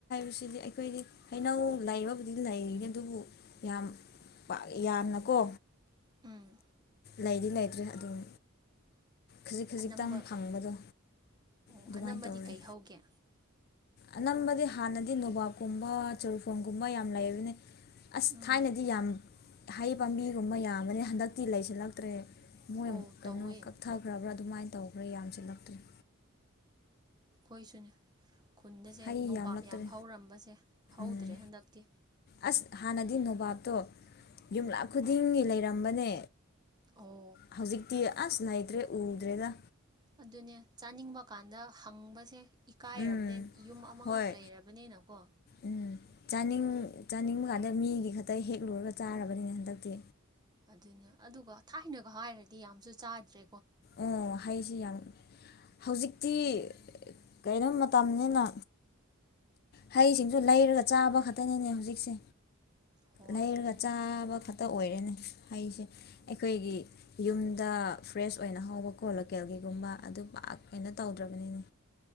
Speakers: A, on the left; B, on the right.
A: ꯁꯤꯗꯤ ꯑꯩꯈꯣꯏꯗꯤ ꯍꯩꯅꯧ ꯂꯩꯕꯕꯨꯗꯤ ꯂꯩꯦ ꯑꯗꯨꯕꯨ ꯌꯥꯝ ꯌꯥꯝꯅꯀꯣ
B: ꯎꯝ
A: ꯂꯩꯗꯤ ꯂꯩꯇ꯭ꯔꯦ ꯑꯗꯨꯝ ꯈꯖꯤꯛ ꯈꯖꯤꯛꯇꯪ
B: ꯑꯅꯝꯕ
A: ꯐꯪꯕꯗꯣ
B: ꯑꯣ
A: ꯑꯗꯨꯃꯥꯏꯅ
B: ꯑꯅꯝꯕꯗꯤ
A: ꯇꯧꯔꯦ
B: ꯀꯩ ꯍꯧꯒꯦ
A: ꯑꯅꯝꯕꯗꯤ ꯍꯥꯟꯅꯗꯤ ꯅꯣꯕꯥꯞꯀꯨꯝꯕ ꯆꯨꯔꯨꯐꯣꯡꯒꯨꯝꯕ ꯌꯥꯝ ꯂꯩꯕꯅꯤ ꯑꯁ
B: ꯎꯝ
A: ꯊꯥꯏꯅꯗꯤ ꯌꯥꯝ ꯍꯩ ꯄꯥꯝꯕꯤꯒꯨꯝꯕ ꯌꯥꯝꯕꯅꯦ ꯍꯟꯗꯛꯇꯤ ꯂꯩꯁꯤꯜꯂꯛꯇ꯭ꯔꯦ ꯃꯣꯏ
B: ꯑꯣ
A: ꯀꯩꯅꯣ
B: ꯇꯧꯋꯦ
A: ꯀꯛꯊꯈ꯭ꯔꯕ꯭ꯔꯥ ꯑꯗꯨꯃꯥꯏꯅ ꯇꯧꯈ꯭ꯔꯥ ꯌꯥꯝꯁꯤꯜꯂꯛꯇ꯭ꯔꯔꯤ
B: ꯍꯣꯏꯁꯨꯅꯦ ꯈꯨꯟꯗꯁꯦ
A: ꯍꯩ
B: ꯅꯣꯕꯥꯞ
A: ꯌꯥꯝꯂꯛꯇ꯭ꯔꯦ
B: ꯌꯥꯝ ꯍꯧꯔꯝꯕꯁꯦ ꯍꯧꯗ꯭ꯔꯦ
A: ꯎꯝ
B: ꯍꯟꯗꯛꯇꯤ
A: ꯑꯁ ꯍꯥꯟꯅꯗꯤ ꯅꯣꯕꯥꯞꯇꯣ ꯌꯨꯝꯂꯥ
B: ꯎꯝ
A: ꯈꯨꯗꯤꯡꯒꯤ ꯂꯩꯔꯝꯕꯅꯦ
B: ꯑꯣ
A: ꯍꯧꯖꯤꯛꯇꯤ ꯑꯁ ꯂꯩꯅꯥꯇ꯭ꯔꯦ ꯎꯗ꯭ꯔꯦꯗ
B: ꯑꯗꯨꯅꯦ ꯆꯥꯅꯤꯡꯕ ꯀꯥꯟꯗ ꯍꯪꯕꯁꯦ ꯏꯀꯥꯏꯔꯕꯅꯦ
A: ꯎꯝ
B: ꯌꯨꯝ ꯑꯃꯈꯛ
A: ꯍꯣꯏ
B: ꯂꯩꯔꯕꯅꯤꯅꯀꯣ
A: ꯎꯝ ꯆꯥꯅꯤꯡ ꯆꯥꯅꯤꯡꯕ ꯀꯥꯟꯗ ꯃꯤꯒꯤ ꯈꯛꯇ ꯍꯦꯛꯂꯨꯔꯒ ꯆꯥꯔꯕꯅꯤꯅꯦ ꯍꯟꯗꯛꯇꯤ
B: ꯑꯗꯨꯅꯦ ꯑꯗꯨꯒ ꯊꯥꯏꯅꯒ ꯍꯥꯏꯔꯗꯤ ꯌꯥꯝꯁꯨ ꯆꯥꯗ꯭ꯔꯦ
A: ꯑꯣ ꯍꯥꯏꯁꯤ ꯌꯥꯝ ꯍꯧꯖꯤꯛꯇꯤ ꯀꯔꯤꯣ ꯃꯇꯝꯅꯤꯅ ꯍꯩꯁꯤꯡꯁꯨ ꯂꯩꯔꯒ ꯆꯥꯕ ꯈꯛꯇꯅꯤꯅꯦ ꯍꯧꯖꯤꯛꯁꯦ
B: ꯍꯣꯏ
A: ꯂꯩꯔꯒ
B: ꯑꯗꯨꯅ
A: ꯆꯥꯕ ꯈ ꯑꯃ ꯇ ꯑꯣꯏꯔꯦꯅꯦ ꯍꯁꯦ ꯑꯩꯈꯣꯏꯒꯤ ꯌꯨꯝꯗ ꯐ꯭ꯔꯦꯁ ꯑꯣꯏꯅ ꯍꯧꯕꯀꯣ ꯂꯣꯀꯦꯜꯒꯤꯒꯨꯝꯕ ꯑꯗꯨ ꯄꯥꯛ ꯀꯩꯅ ꯇꯧꯗ꯭ꯔꯕꯅꯤꯅ